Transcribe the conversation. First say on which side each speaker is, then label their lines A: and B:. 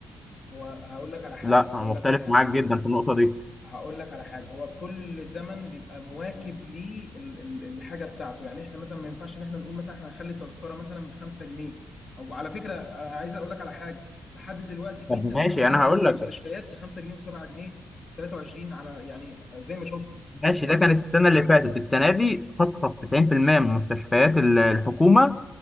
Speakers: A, on the left; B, on the left.
A: هو هقول لك على حاجه
B: لا أنا
A: هقول
B: مختلف
A: لك على حاجه
B: معاك جدا في النقطه دي
A: هقول لك على حاجه هو كل زمن بيبقى مواكب ليه ال- ال- الحاجه بتاعته يعني احنا مثلا ما ينفعش ان احنا نقول مثلا احنا هنخلي التذكره مثلا ب 5 جنيه او على فكره انا عايز اقول لك على حاجه لحد دلوقتي في
B: طب
A: ت-
B: ماشي
A: في تذاكر
B: انا هقول
A: في المستشفيات
B: لك
A: ب 5 جنيه و7 جنيه 23 على يعني زي ما شفت
B: ماشي ده كان السنة اللي فاتت السنة دي خصخص 90% من مستشفيات ال- الحكومة